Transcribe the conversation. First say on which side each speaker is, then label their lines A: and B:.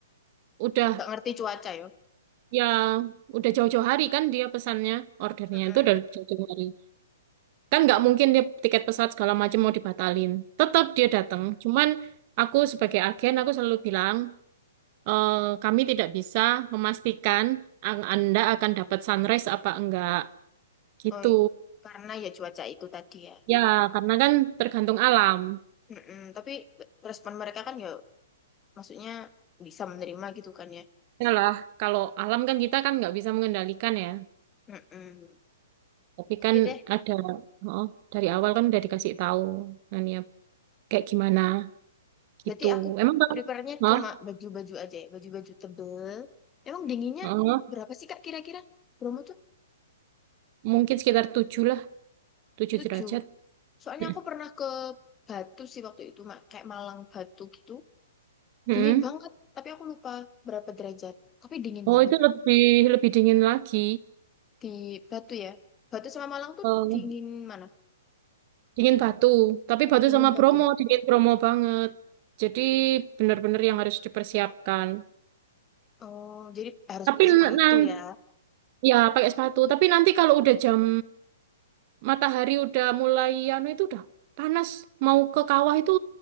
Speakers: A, on the right; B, on the left.
A: udah
B: Gak ngerti cuaca ya.
A: ya udah jauh-jauh hari kan dia pesannya, ordernya
B: Mm-mm.
A: itu udah jauh-jauh hari. Kan nggak mungkin dia tiket pesawat segala macam mau dibatalin. Tetap dia datang. Cuman aku sebagai agen aku selalu bilang, "Eh, kami tidak bisa memastikan ang- Anda akan dapat sunrise apa enggak. Gitu.
B: Oh, iya. karena ya cuaca itu tadi ya.
A: Ya, karena kan tergantung alam.
B: Mm-mm. Tapi respon mereka kan ya maksudnya bisa menerima gitu kan ya.
A: Ya lah, kalau alam kan kita kan nggak bisa mengendalikan ya.
B: Mm-mm.
A: Tapi
B: Oke
A: kan
B: deh,
A: ada, oh, dari awal kan udah dikasih tahu kan ya kayak gimana
B: berarti
A: gitu.
B: aku
A: Emang kan,
B: prepare-nya
A: oh,
B: cuma baju-baju aja ya, baju-baju tebel. Emang dinginnya
A: oh,
B: berapa sih Kak kira-kira? Bromo tuh
A: mungkin sekitar 7 lah, 7
B: tujuh
A: derajat.
B: Soalnya
A: Hmm.
B: aku pernah ke Batu sih waktu itu, Mak. Kayak Malang Batu gitu.
A: Hmm.
B: Dingin banget, tapi aku lupa berapa derajat. Tapi dingin
A: Oh,
B: banget
A: itu lebih lebih dingin lagi.
B: di Batu ya. Batu sama Malang tuh
A: Oh,
B: dingin mana?
A: Dingin Batu. Tapi Batu
B: Dingin
A: sama
B: Batu.
A: Bromo, dingin Bromo banget. Jadi benar-benar yang harus dipersiapkan.
B: Oh, jadi harus
A: Tapi
B: pakai sepatu
A: nanti
B: ya.
A: ya pakai sepatu. Tapi nanti kalau udah jam matahari udah mulai anu itu udah panas. Mau ke kawah itu